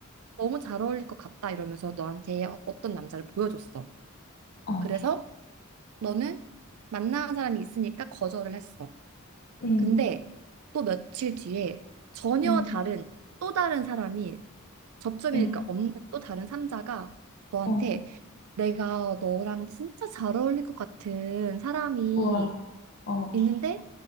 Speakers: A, on the right; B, on the left.
A: 너무 잘 어울릴 것 같다. 이러면서 너한테 어떤 남자를 보여줬어.
B: 어.
A: 그래서 너는 만나는 사람이 있으니까 거절을 했어.
B: 응,
A: 근데 또 며칠 뒤에 전혀
B: 응,
A: 다른 또 다른 사람이 접점이니까
B: 응,
A: 없는 또 다른 삼자가 너한테
B: 어.
A: 내가 너랑 진짜 잘 어울릴 것 같은 사람이
B: 우와, 어,
A: 있는데